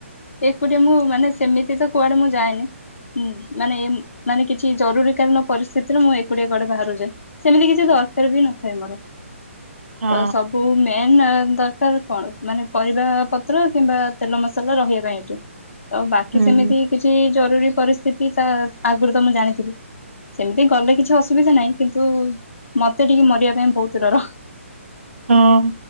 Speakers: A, on the left (about 65°); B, on the right (about 65°).
A: ଏକୁଟିଆ ମୁଁ ମାନେ ସେମିତି ତ କୁଆଡେ ମୁଁ ଯାଏନି ହୁଁ ମାନେ -ମାନେ କିଛି ଜରୁରୀ କାଳୀନ ପରିସ୍ଥିତିରେ ମୁଁ ଏକୁଟିଆ କୁଆଡେ ବାହାରକୁ ଯାଏ। ସେମିତି କିଛି ଦରକାର୍ ବି ନଥାଏ ମୋର।
B: ହଁ
A: ତ ସବୁ ମେନ୍ ଦରକାର୍ କଣ ମାନେ ପରିବା ପତ୍ର କିମ୍ବା ତେଲ ମସଲା ରହିବା ପାଇଁ ଏଠୁ ଆଉ ବାକି
B: ହୁଁ
A: ସେମିତି କିଛି ଜରୁରୀ ପରିସ୍ଥିତି ତା ଆଗୁରୁ ତ ମୁଁ ଜାଣିଥିଲି ସେମିତି ଗଲେ କିଛି ଅସୁବିଧା ନାହିଁ କିନ୍ତୁ ମତେ ଟିକେ ମରିବା ପାଇଁ ବହୁତୁ ଡର।
B: ହଁ।